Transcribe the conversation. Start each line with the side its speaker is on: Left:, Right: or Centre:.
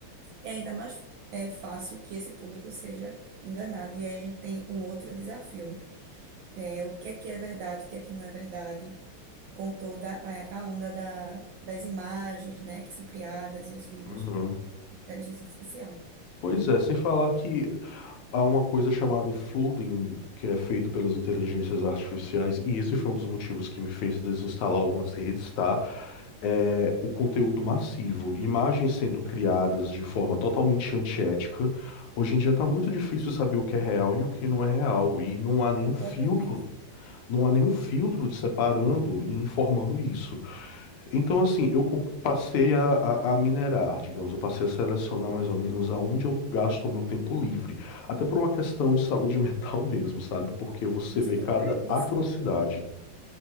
Right: é ainda mais é, fácil que esse público seja enganado. E aí a gente tem um outro desafio, né? É, o que é que é verdade, o que é que não é verdade, com toda a, a onda da- das imagens, né, que são criadas e os vídeos
Left: Uhum.
Right: de inteligência artificial.
Left: Pois é, sem falar que Há uma coisa chamada flooding, que é feito pelas inteligências artificiais, e esse foi um dos motivos que me fez desinstalar algumas redes, tá? É o conteúdo massivo, imagens sendo criadas de forma totalmente antiética. Hoje em dia tá muito difícil saber o que é real e o que não é real, e não há nenhum filtro,
Right: Totalmente.
Left: não há nenhum filtro de separando e informando isso. Então, assim, eu co- passei a, a- a minerar, digamos, eu passei a selecionar mais ou menos aonde eu gasto o meu tempo livre. Até por uma questão de saúde <laughs> mental mesmo, sabe? Porque você
Right: Você
Left: vê
Right: está
Left: cada
Right: corretíssimo.
Left: atrocidade.